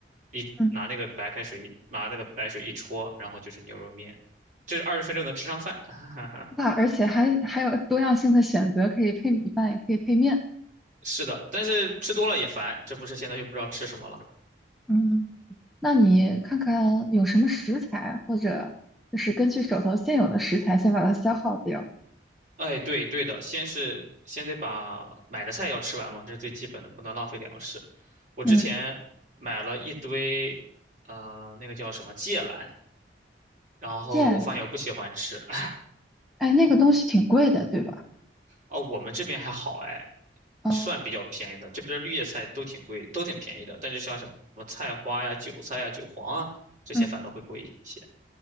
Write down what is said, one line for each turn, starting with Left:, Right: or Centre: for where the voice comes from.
Right: 一拿那个白开水，
Centre: 嗯，
Right: 拿那个白水一戳，然后就是牛肉面，这二十分钟能吃上饭。<laughs>
Centre: 哇，而且还还有多样性的选择，可以配米饭，也可以配面。
Right: 是的，但是吃多了也烦，这不是现在又不知道吃什么了。
Centre: 嗯，那你看看有什么食材，或者就是根据手头现有的食材，先把它消耗掉。
Right: 哎，对对的，先是先得把买的菜要吃完嘛，这是最基本的，不能浪费粮食。我之前买了一堆，
Centre: 嗯，
Right: 呃，那个叫什么芥蓝。然后我发现我不喜欢吃。
Centre: 芥蓝，
Right: <laughs>
Centre: 哎，那个东西挺贵的，对吧？
Right: 哦，我们这边还好哎，
Centre: 哦，
Right: 算比较便宜的。这边的绿叶菜都挺贵，都挺便宜的。但是像什么菜花呀、韭菜呀、韭黄啊，这些反倒会贵一些。
Centre: 嗯，